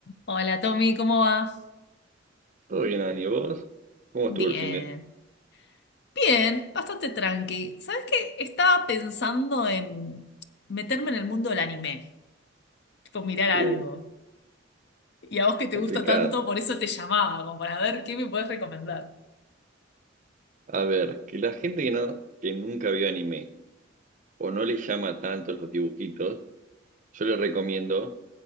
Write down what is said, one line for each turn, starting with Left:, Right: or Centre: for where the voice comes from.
Left: Hola Tommy, ¿cómo va?
Right: Todo bien, Ani, ¿vos? ¿Cómo
Left: Bien,
Right: estuvo el fin de...?
Left: bien, bastante tranqui. ¿Sabes qué? Estaba pensando en meterme en el mundo del anime, tipo mirar algo.
Right: Uh,
Left: Y a vos que te
Right: complicado.
Left: gusta tanto, por eso te llamaba, como para ver qué me podés recomendar.
Right: A ver, que la gente que no, que nunca vio anime o no le llama tanto los dibujitos, yo le recomiendo